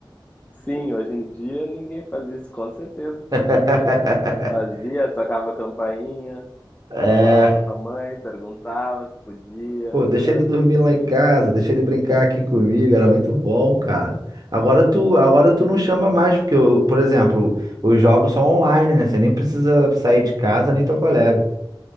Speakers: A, on the left; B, on the right.
A: Sim, hoje em dia ninguém faz isso, com certeza
B: <laughs>
A: fazia. Fazia, tocava campainha.
B: É,
A: Falava com a mãe, perguntava se podia.
B: pô, deixa
A: Era
B: ele dormir
A: bem diferente,
B: lá em casa, deixa ele brincar aqui comigo, era muito bom, cara. Agora tu, agora tu não chama mais, porque, eu, por exemplo, os jogos são online, né? Você nem precisa sair de casa, nem teu colega.